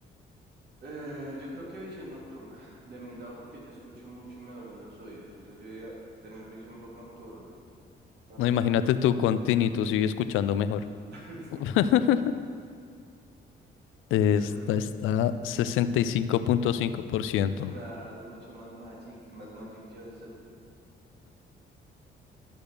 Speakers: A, on the right (about 55°); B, on the left (about 85°).
A: Eh, yo creo que visión nocturna. De mi lado, porque ya escucho mucho y me duelen los oídos. Entonces yo diría tener visión bo- nocturna, para
B: No,
A: no
B: imagínate
A: usar tanto.
B: tú con tinnitus y escuchando mejor.
A: <laughs>
B: <laughs> Esta
A: Pero bueno.
B: está 65.5%.
A: Claro, es mucho más Magic, más Magic Johnson.